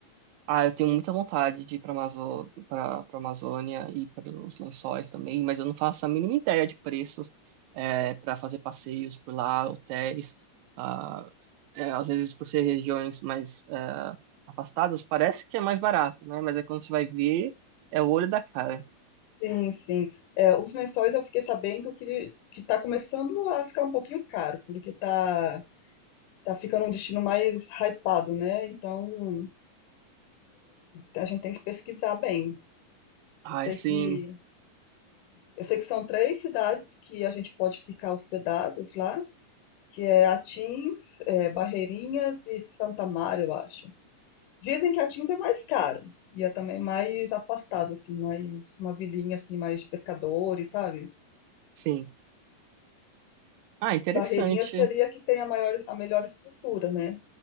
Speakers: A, on the right; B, on the left.
A: Ah, eu tenho muita vontade de ir para Amazo... para para Amazônia e para os Lençóis também, mas eu não faço a mínima ideia de preços para fazer passeios por lá, hotéis. Ah, é, às vezes, por ser regiões mais eh, afastadas, parece que é mais barato, né? Mas é quando você vai ver, é o olho da cara.
B: Sim, sim. É, os lençóis eu fiquei sabendo que que está começando a ficar um pouquinho caro, porque tá, tá ficando um destino mais hypado, né? Então a gente tem que pesquisar bem.
A: Ah,
B: Eu sei
A: é sim,
B: que Eu sei que são três cidades que a gente pode ficar hospedados lá, que é Atins, eh, Barreirinhas e Santa Mário, eu acho. Dizem que Atins é mais caro e é também mais afastado, assim, mais uma vilinha assim, mais de pescadores, sabe?
A: sim. Ah, interessante.
B: Barreirinhas seria que tem a maior, a melhor estrutura, né?